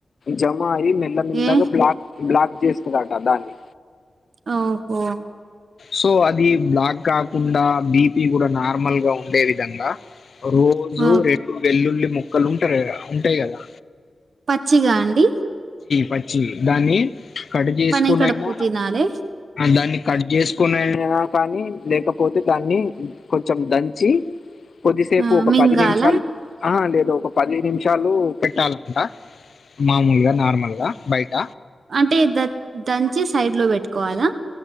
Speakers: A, on the left; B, on the right.
A: జమ అయ్యి మెల్లమెల్లగా
B: ఏ
A: బ్లాక్ బ్లాక్ చేస్తారట దాన్ని
B: ఓహో
A: సో అది బ్లాక్ కాకుండా బిపి కూడా నార్మల్ గా ఉండే విధంగా రోజు
B: ఆ!
A: రెండు వెల్లుల్లి ముక్కలు ఉంటారు ఉంటాయి కదా
B: పచ్చిగా అండి
A: పచ్చి దాన్ని కట్ చేసుకునియినా
B: పనెక్కడ పూ తినాలి
A: దాన్ని కట్ చేసుకునేనా కానీ లేకపోతే దాన్ని కొంచెం దంచి కొద్దిసేపు
B: ఆ
A: ఒక
B: మింగాల
A: పది నిమిషాలు ఆ లేదు ఒక పది నిమిషాలు పెట్టాలంట మామూలుగా నార్మల్గా బయట
B: అంటే ద దంచి సైడ్ లో పెట్టుకోవాలా